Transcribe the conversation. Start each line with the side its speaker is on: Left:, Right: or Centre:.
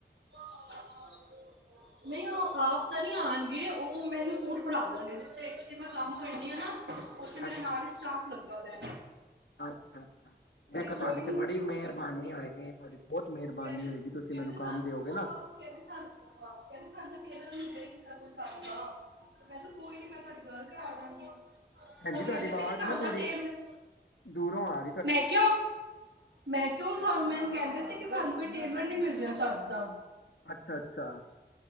Right: <inaudible> ਨਹੀਂ ਉਹ ਆਪ ਤਾਂ ਨੀ ਆਣਗੇ, ਉਹ ਮੈਨੂੰ ਸੂਟ ਫੜਾ ਦਣ ਗੇ। ਜਿੱਥੇ ਜਿੱਥੇ ਮੈਂ ਕੰਮ ਕਰਨੀ ਆ ਨਾ। ਓਥੇ ਮੇਰੇ
Left: ਅੱਛਾ
Right: ਨਾਲ
Left: ਅੱਛਾ
Right: ਈ ਸਟਾਫ ਲੱਗ ਬਦੈ
Left: ਅੱਛਾ ਅੱਛਾ। ਦੇਖੋ
Right: ਕੋਈ
Left: ਤੁਹਾਡੇ ਤੇ ਬੜੀ ਮਿਹਰਬਾਨੀ ਹੋਏਗੀ, ਤੁਹਾਡੀ ਬਹੁਤ ਮਿਹਰਬਾਨੀ
Right: ਕੈਂਦੇ
Left: ਹੋਏਗੀ
Right: ਸ
Left: ਤੁਸੀਂ
Right: ਕੈਂਦੇ
Left: ਮੈਨੂੰ ਕੰਮ
Right: ਸਾਨੂੰ
Left: ਦਿਓਗੇ
Right: ਸ-ਕ-ਕੈਂਦੇ
Left: ਨਾ
Right: ਸਾਨੂੰ ਤ-ਅ ਕੈਂਦੇ ਸਾਨੂੰ ਤਾ ਟੇਲਰ ਮਿਲ ਜੇਗੇ ਤ ਕੁ ਚੱਲਦਾ। ਮੈਨੂੰ ਕੋਈ ਨੀ ਮੈਂ ਤਾਡੀ ਗੱਲ ਕਰਾ ਦਾਂਗੀ <inaudible>
Left: ਹਾਂਜੀ
Right: ਕਹਿੰਦੇ
Left: ਤੁਹਾਡੀ
Right: ਸੀ
Left: ਵਾਜ਼
Right: ਕਿ ਸਾਨੂੰ
Left: ਨਾ ਥੋੜ੍ਹੀ,
Right: ਤਾਂ ਟੇਲ
Left: ਦੂਰੋਂ ਆ ਰ
Right: ਮੈਂ ਕਿਆ ਮੈਂ ਕਿਉ ਸਾ ਮੈਨੂੰ ਕੈਂਦੇ ਸੀ ਕਿ ਸ ਸਾਨੂੰ ਕੋਈ ਟੇਲਰ ਨੀ ਮਿਲ ਰਿਹਾ ਚੱਜ ਦਾ।
Left: ਅੱਛਾ ਅੱਛਾ।